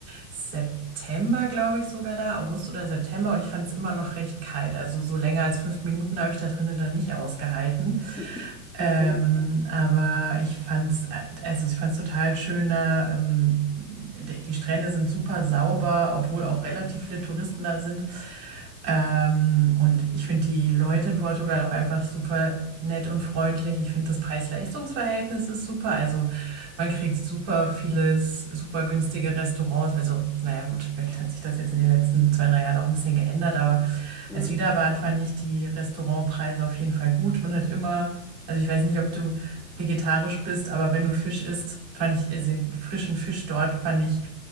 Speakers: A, on the right (about 40°); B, in the centre.
A: September, glaube ich, sogar da, August oder September, und ich fand es immer noch recht kalt. Also so länger als fünf Minuten habe ich da drinnen dann nicht ausgehalten.
B: <laughs>
A: Ähm,
B: Okay.
A: aber ich fand's, äh, also ich fand's total schöner. Ähm, die die Strände sind super sauber, obwohl auch relativ viele Touristen da sind. Ähm, und ich finde die Leute in Portugal auch einfach super nett und freundlich. Ich finde das Preis-Leistungs-Verhältnis ist super. Also man kriegt super vieles, super günstige Restaurants. Also naja gut, vielleicht hat sich das jetzt in den letzten zwei, drei Jahren auch ein bisschen geändert. Aber
B: Hm.
A: als wir da waren, fand ich die Restaurantpreise auf jeden Fall gut. Man hat immer, also ich weiß nicht, ob du vegetarisch bist, aber wenn du Fisch isst, fand ich also den frischen Fisch dort fand ich